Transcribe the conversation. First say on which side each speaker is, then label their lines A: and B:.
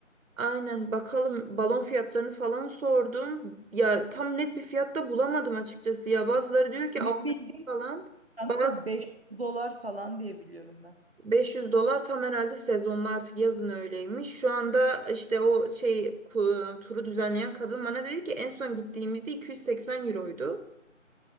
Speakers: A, on the right (about 80°); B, on the right (about 50°).
A: Aynen bakalım balon fiyatlarını falan sordum. Ya tam net bir fiyatta bulamadım açıkçası. Ya bazıları diyor ki
B: Benim
A: 600
B: bildiğim
A: falan.
B: kanka
A: Bazı
B: 5 dolar falan diye biliyorum ben.
A: beş yüz dolar tam herhalde sezonla artık yazın öyleymiş. Şu anda işte o şey ku- turu düzenleyen kadın bana dedi ki en son gittiğimizde 280 euroydu.